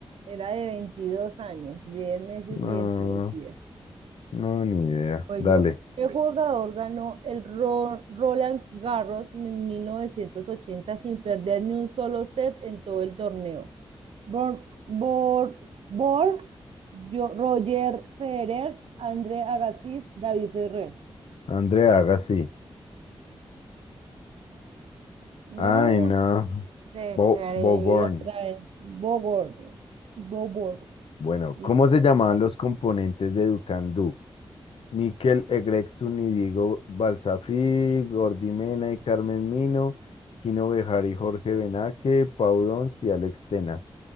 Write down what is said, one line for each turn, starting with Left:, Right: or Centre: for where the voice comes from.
Right: Era de veintidós años, diez meses
Left: No,
Right: y veintidós días.
Left: no, ni idea.
Right: Pues
Left: Dale,
Right: yo, ¿qué Bueno, jugador ganó el Ro- Roland Garros en 1980 sin perder ni un solo set en todo el torneo? Bor, Bor, Bor, yo- Roger Federer, André Agassi, David Ferrer.
Left: Andrea, haga así.
Right: No,
Left: Ay, no.
Right: te
Left: Bo
Right: creí
Left: Boborn.
Right: otra vez. Bogor, Bobor.
Left: Bueno,
Right: listo.
Left: ¿cómo se llamaban los componentes de Ducandú? Mikel Egrexun y Diego Balsafí, Gordy Mena y Carmen Mino, Kino Bejar y Jorge Benaque, Pau Dons y Alex Tena.